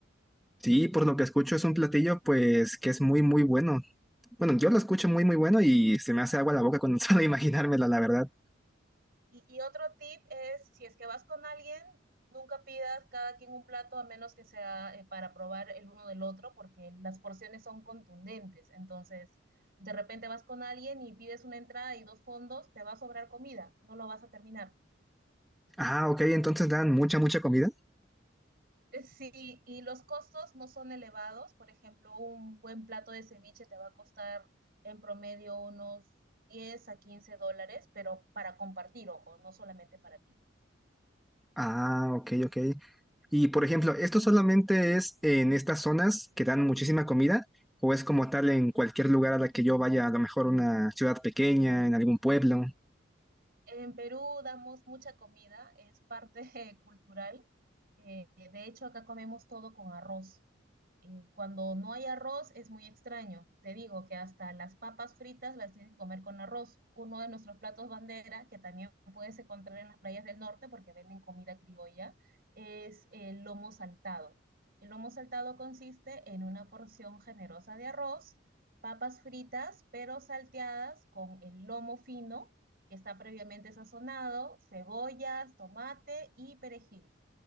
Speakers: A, in the centre; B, on the right (about 50°).
A: Sí, por lo que escucho es un platillo pues que es muy, muy bueno. Bueno, yo lo escucho muy, muy bueno y se me hace agua la boca con <laughs> solo imaginármela, la verdad.
B: Y, y otro tip es, si es que vas con alguien, nunca pidas cada quien un plato a menos que sea eh, para probar el uno del otro, porque las porciones son contundentes. Entonces, de repente vas con alguien y pides una entrada y dos fondos, te va a sobrar comida, no lo vas a terminar.
A: Ah, ok, entonces dan mucha, mucha comida.
B: Eh, Sí, y los costos no son elevados. Por ejemplo, un buen plato de ceviche te va a costar en promedio unos 10 a 15 dólares, pero para compartir, ojo, no solamente para ti.
A: Ah, ok, ok. Y por ejemplo, ¿esto solamente es en estas zonas que dan muchísima comida o es como tal en cualquier lugar a la que yo vaya, a lo mejor una ciudad pequeña, en algún pueblo?
B: En Perú damos mucha comida, es parte <laughs> cultural. Eh, de hecho, acá comemos todo con arroz eh, cuando no hay arroz es muy extraño. Te digo que hasta las papas fritas las tienes que comer con arroz. Uno de nuestros platos bandera, que también puedes encontrar en las playas del norte porque venden comida criolla, es el lomo saltado. El lomo saltado consiste en una porción generosa de arroz, papas fritas, pero salteadas con el lomo fino, que está previamente sazonado, cebollas, tomate y perejil.